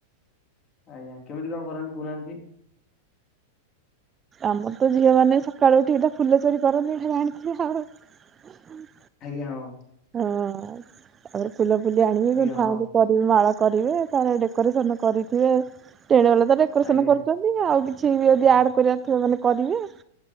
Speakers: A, on the left (about 35°); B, on the right (about 20°).
A: ଆଜ୍ଞା, କେମିତି କଣ କରନ୍ତି କହୁନାହାନ୍ତି?
B: ଆମର ତ ଝିଅ ମାନେ ସକାଳୁ ଉଠିକି ଏଟା ଫୁଲ ଚୋରି କରନ୍ତି ଏଟା ଜାଣିଥିବେ ଆଉ।
A: ଆଜ୍ଞା, ହଁ।
B: ହଁ। ତାପରେ, ଫୁଲଫୁଲି ଆଣିବି
A: ଆଜ୍ଞା
B: ଗୁନ୍ଥାଗୁନ୍ଥି
A: ହଁ
B: କରିବି ମାଳ କରିବେ ତାର ଡେକୋରେସନ କରିଥିବେ ଟେଣ୍ଟେ ବାଲା ତ ଡେକୋରେସନ
A: ଆଜ୍ଞା
B: କରୁଛନ୍ତି ଆଉ କିଛି କିଛି ବି ଯଦି ଆଡ କରିବାର ଥିବ ମାନେ କରିବେ।